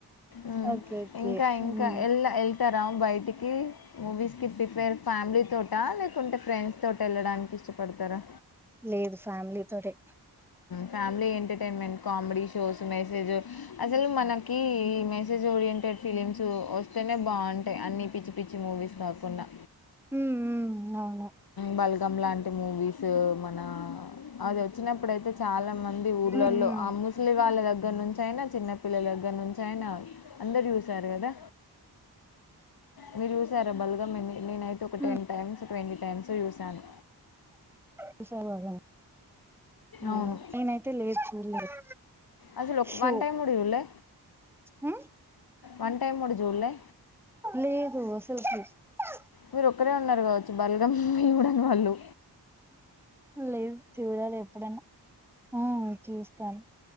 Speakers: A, on the left (about 60°); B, in the centre.
A: ఉ
B: ఓకే ఓకే
A: ఇంకా ఇంకా
B: ఉమ్
A: ఎల్ ఏళ్తారా బయ ఇటికి మూవీస్ కి ప్రిఫేర్ ఫ్యామిలీ తోట లేకుంటే ఫ్రెండ్స్ తోటేళ్ళడానికి ఇష్ట పడ్తారా
B: లేదు ఫ్యామిలీ తోటే
A: family entertainment, comedy shows message అసలు మనకి మెసేజ్ ఓరియంటెడ్ ఫిలిమ్స్ వస్తేనే బాగుంటాయి. అన్ని పిచ్చి పిచ్చి మూవీస్ కాకుండా
B: హుహు అవ్ను
A: బల్గమ్ లాంటి మూవీస్ మన అదో వచ్చినప్పుడయితే చాలా మంది ఊర్లలో
B: ఉమ్ ఉమ్
A: ఆ ముస్లి వాళ్ళ దగ్గర దగ్గర నుంచి అయినా, చిన్నపిల్లల దగ్గరుంచైనా అందరు చూశారు కదా. మీరు చూసర బల్గాం నేనైతే ఒక
B: ఉమ్
A: టెన్ టైమ్స్, ట్వంటీ టైమ్స్ చూశాను.
B: చుసామల్లా ఆ
A: అవును.
B: నేనైతే లేదు చూడలేదు
A: అసలు ఒక
B: షో
A: వన్ టైమ్ గూడా జూడలే?
B: మ్
A: వన్ టైమ్ గూడా జూడలే?
B: లేదు అసలుకి అ
A: మీరు ఒక్కరే ఉన్నారు కావచ్చు బల్గమ్ యూడన్వాళ్ళు
B: లేదు చూడాలి ఎప్పుడైనా ఉ చూస్తాం.